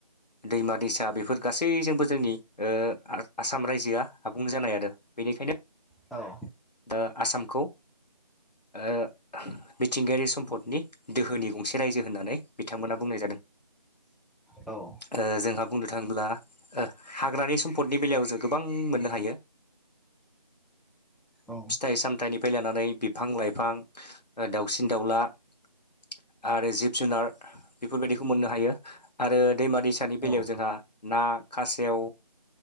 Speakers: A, on the left; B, in the centre.
A: दैमा दैसा बेफोर गासैजोंबो जोंनि ओ आसाम रायजोआ आबुं जानाय आरो। बेनिखायनो
B: औ
A: ओ आसामखौ ओ मिथिंगायारि सम्पदनि दोहोनि गंसे रायजो होननानै बिथांमोनहा बुंनाय जादों।
B: औ
A: ओ जोंहा बुंनो थाङोब्ला हाग्रानि सम्फदनि बेलायाव जों गोबां मोननो हायो।
B: औ
A: फिथाइ सामथाइनिफ्राय लानानै बिफां लाइफां ओ दाउसिन दाउला ओ आरो जिब जुनार बेफोरबायदिखौ मोननो हायो। आरो दैमा दैसानि
B: औ
A: बेलायाव जोंहा ना खासेव